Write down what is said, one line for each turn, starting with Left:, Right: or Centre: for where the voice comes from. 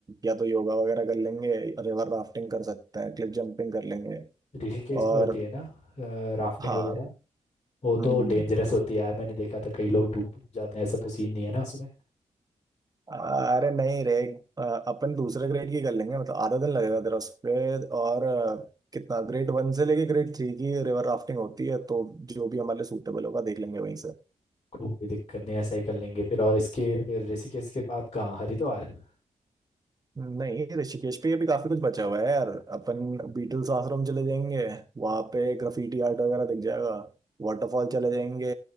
Right: या तो योगा वगैरह कर लेंगे रिवर राफ्टिंग कर सकते हैं क्लिफ जंपिंग कर लेंगे
Left: ऋषिकेश
Right: और
Left: में होती है ना राफ्टिंग
Right: हाँ
Left: वगैरह वो
Right: हम्म
Left: तो डेंजरस होती है यार मैंने देखा था कई लोग डूब डूब जाते हैं ऐसा तो सीन नहीं है ना उसमें
Right: अरे नहीं रे अ, अपन दूसरे ग्रेड की कर लेंगे मतलब आधा दिन लगेगा तेरा उस पे और अ, कितना ग्रेड वन से लेके ग्रेड थ्री की रिवर राफ्टिंग होती है तो जो भी हमारे लिए सूटेबल होगा देख लेंगे वहीं
Left: कोई दिक्कत नहीं है ऐसा ही कर लेंगे फिर और इसके फिर ऋषिकेश के बाद कहाँ हरिद्वार अच्छा
Right: नहीं ऋषिकेश पे भी काफी कुछ बचा हुआ है यार अपन बीटल्स आश्रम चले जाएंगे वहां पे ग्राफिटी आर्ट वगैरह दिख जाएगा वाटरफॉल चले जाएंगे